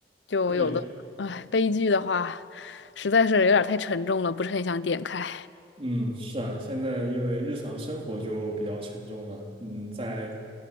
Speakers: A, on the left (about 80°); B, on the right (about 30°).
A: 就有的，
B: 对，
A: 哎，悲剧的话，实在是有点儿太沉重了，不是很想点开。
B: 嗯，是啊，现在因为日常生活就比较沉重了，嗯，在